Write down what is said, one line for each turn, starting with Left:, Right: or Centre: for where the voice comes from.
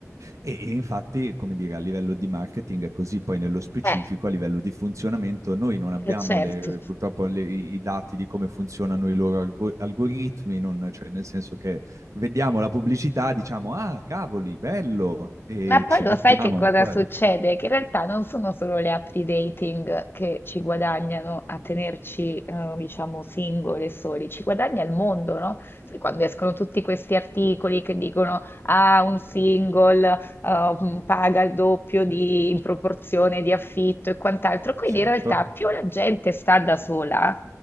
Right: e, e infatti, come dire, a livello di marketing è così, poi nello specifico,
Left: Eh,
Right: a livello di funzionamento, noi non abbiamo
Left: eh, certo.
Right: le- purtroppo le- i i dati di come funzionano i loro algo- algoritmi, non- cioè nel senso che vediamo la pubblicità, diciamo, ah, cavoli, bello, e
Left: Ma poi
Right: ci
Left: lo
Right: buttiamo,
Left: sai che cosa
Right: ma poi
Left: succede?
Right: alla fine,
Left: Che in realtà non sono solo le app di dating che ci guadagnano a tenerci, eh, diciamo, singole e soli, ci guadagna il mondo, no? Sai quando escono tutti questi articoli che dicono, ah, un single, eh, m, paga il doppio di, in proporzione di affitto e quant'altro. Quindi
Right: certo,
Left: in realtà più la gente sta da sola,